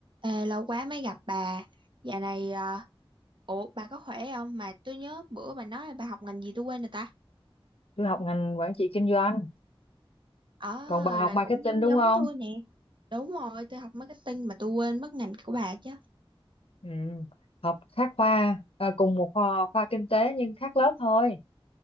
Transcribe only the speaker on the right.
Ê, lâu quá mới gặp bà. Dạo này, ờ, ủa bà có khỏe không? Mà tôi nhớ bữa bà nói là bà học ngành gì tôi quên rồi ta.
Ờ,
là
cũng giống
giống
tôi nè. Đúng rồi, tôi học marketing mà tôi quên mất ngành của bà chứ.